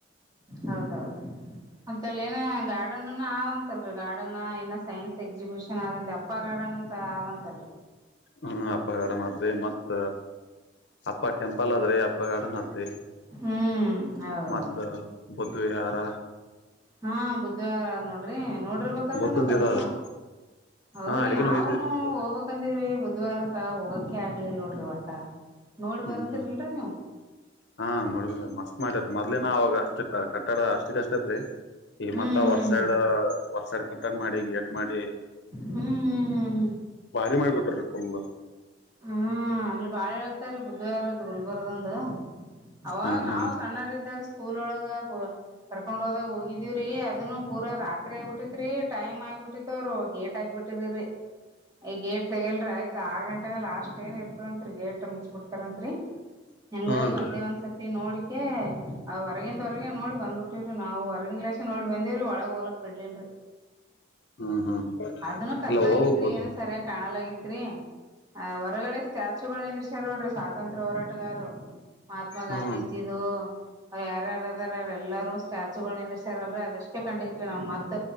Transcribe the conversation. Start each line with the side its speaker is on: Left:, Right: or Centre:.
Right: ಹೌದೌದು ಮತ್ತ ಅಲ್ಲಿ ಏನ ಗಾರ್ಡನ್ ಆಂತಲ್ರರಿ ಗಾರ್ಡನ್ ಏನ ಸೈನ್ಸ್ ಎಕ್ಸಿಬಿಷನ್ ಆದಂತ ಅಪ್ಪ ಗಾರ್ಡನ್ ಅಂತ ಆದಂತಲ್ರರಿ
Left: ಹ್ಮ ಅಪ್ಪಗಡ ಮಾತ್ರಿ ಮತ್ತ ಅಪ್ಪ ಟೆಂಪಲ್ ಆದ್ರಿ ಅಪ್ಪ ಗಾರ್ಡನ್ ಆದ್ರಿ
Right: ಹ್ಮ್ ಹೌದೌದು
Left: ಮತ್ತ ಬ ಹಾರ
Right: ಹಾ ಬುದ್ಧಿವಾರ್ ನೋಡ್ರಿ ನೋಡರ್ಬೇಕಲ್ರಿ
Left: ಬುದ್ಧಂದ
Right: ಮತ್ ಅದನ್ನು
Left: ಇದ ಆದ್ರಿ
Right: ಹೌದ್ರಿ
Left: ಹಾ ಅಲ್ಲಿಗನ
Right: ನಾವನು
Left: ಹೋಗಿದ್ವಿರಿ ಬುದ್ಧ
Right: ಹೋಗ್ಬಕ್ಂದಿವವ್ರಿ ಬ ಅಾರಕ ಹೋಗಕ ಆಗ್ಲಿಿಲ್ಲ ನೋಡ್ರಿ ಒಟ್ಟ ನೋಡಿ
Left: ಹ್ಮ್
Right: ಬಂದ್ರಿಲ್ರಿ
Left: ಹ್ಮ್
Right: ನೀವು
Left: ಹಾ ನೋಡ್ಬ ಮಸ್ತ್ ಮಾಡ ಮತ್ ಅಲಿನ ಅವಾಗ ಅಷ್ಟ ಕಟ್ಟಡ ಅಷ್ಟ ಕಷ್ಟ ತ್ರಿ ಈ
Right: ಹ್ಮ್
Left: ಮತ್ತ
Right: ಹ್ಮ್
Left: ಹೊರ್ ಸೈಡ್ ಹೊರ್ಸಡ್ ಕಟ್ಟನ್ ಮಾಡಿ ಗೇಟ್ ಮಾಡಿ
Right: ಹ್ಮ್ ಹ್ಮ್ ಹ್ಮ್ ಹ್ಮ್ ಹ್ಮ್
Left: ಭಾರಿ ಮಾಡಿಬಿಟ್ರ ಒಲ್ಲ
Right: ಹ್ಮ್ ಅಲ್ಲಿ ಬಾಳ ಹೇಳ್ತಾರೀ ಬುದಧ್ವಾರದ್ದ ಗುಲ್ಬರ್ದಂದು ಅವಾಗ
Left: ಹಾ ಹಾ
Right: ನಾವ್ ಸಣ್ಣರ ಇದಿದ್ದಾಗ ಸ್ಕೂಲ್ ಒಳಗ ಕರ್ಕೊಂಡ್ ಹೋದಾಗ ಹೋಗಿದೀವ್ರೀ ಅದನ್ನು ಪೂರ ರಾತ್ರಿ ಆಗಬಿಟ್ಟಿತ್ರಿ ಟೈಮ್ ಆಯ ಬಿಟ್ಟಿತ್ರು ಗೇಟ್ ಆಗಿಬ ಬಿಟ್ಟಿದರಿ ಈ ಗೇಟ್ ತೆಗಲ್ರಿ ಆಯ್ತ ಆರ್ ಗಂಟೆ ಲಾಸ್ಟ್ ಏನ್ ಇರ್ತದಂತ್ರಿ ಗೇಟ್ ಮುಚ್ಚಿ ಬಿಡ್ತಾರಂತರಿ ಹೆಂಗಾಗಿ
Left: ಹನ್ರಿ
Right: ಒಂದೇ ಒಂದ್ಸತಿ ನೋಡಿ ಅ ಅ ಹೊರಗಿಂದ ಹೊರಗ ನೋಡಿ ಬಂದ್ಬಿಟ್ಟಿ್ರರಿ ನಾವು ಹೊರಗಿನನ್್ಲಾಾಸೆ ನೋಡಿ ಬಂದೇವ್ರಿ ಒಳಗ್ ಹೋಲಕ್ ಬಿಡ್ಲಲ್ರರಿ
Left: ಹ್ಮ್ ಹ್ಮ್
Right: ಅದನ್ನು ಕತ್ಲಾಗಿತ್ರಿ
Left: ಇಲ್ಲ ಹೋಗ್ಬೇಕ್ ಬಿಡ್ರಿ
Right: ಏನು ಸರಿಯ ಕಾಣಲಾಗ ತ್ರಿ ಆ ಹೊರಗಡೆ ಸ್ಟ್ಯಾಚುಗಳು ನಿಂದ್ರಷಾರ್ ನೋಡ್ರಿ ಸ್ವಾತಂತ್ರ್ಯ ಹೋರಾಟಗಾರ ಮಹಾತ್ಮ
Left: ಹ್ಮ್
Right: ಗಾಂಧೀಜಿದು ಯಾರ್ಯಾರದಾರ ಎಲ್ಲಾರೂ ಸ್ಟ್ಯಾಚುಗಳು ನಿಂದರ್ಸ್ಯಾರಲ್ರರಿ ಅದಷ್ಟೇ ಕಂಡಿತ್ರಿ ನಮ್ ಮತ್